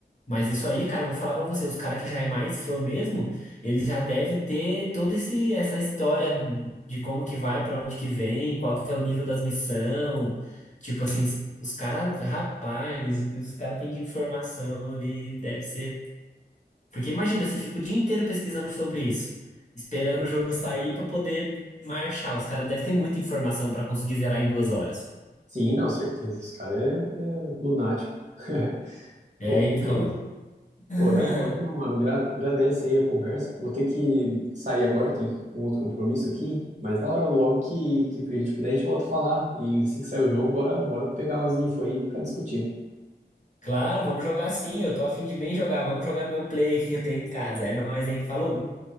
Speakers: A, on the left; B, on the right.
A: Mas isso aí, cara, eu vou falar pra você, os caras que já é mais fã mesmo, ele já deve ter toda esse essa história de como que vai, pra onde que vem, qual que é o nível das missão. Tipo assim, os caras, rapaz, o que os caras têm de informação ali, deve ser. Porque imagina, você fica o dia inteiro pesquisando sobre isso, esperando o jogo sair pra poder marchar. Os caras devem ter muita informação pra conseguir zerar em duas horas.
B: Sim, não, certeza. Esse cara é, é lunático. <laughs>
A: É,
B: Pô,
A: então. <laughs>
B: Pô, da hora, meu mano. Gra- Agradece aí a conversa. Vou ter que sair agora, tem um outro compromisso aqui. Mas da hora, logo que, que a gente puder, a gente volta a falar. E assim que sair o jogo, bora, bora pegar os info aí e ficar discutindo.
A: Claro, vamos jogar sim. Eu tô a fim de bem jogar. Vamos jogar no meu play que eu tenho em casa. É nóis, hein? Falou!